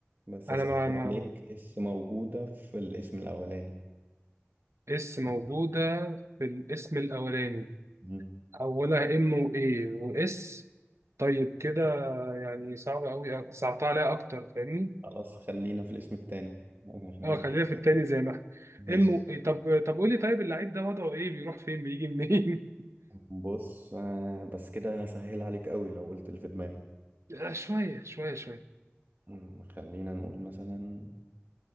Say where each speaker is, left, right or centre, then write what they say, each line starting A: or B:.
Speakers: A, on the right; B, on the right.
A: بس
B: أنا
A: اسهل
B: ما ما
A: عليك اس موجودة في الاسم الاولاني
B: اس موجودة في الاسم الأولاني
A: مم.
B: أولها ام وإيه واس طيب كده يعني صعب أوي صعبتها عليها أكتر فاهمني
A: خلاص خلينا في الاسم التاني <laughs> آه، ركز
B: اه خلينا في التاني زي ما احنا
A: ماشي
B: امه طب طب قول لي طيب اللعيب ده وضعه ايه بيروح فين بيجي منين
A: بص آه، بس كده هسهل عليك قوي لو قلت اللي في دماغي
B: <laughs> آه، شويه شويه شويه
A: مم، خلينا نقول مثلا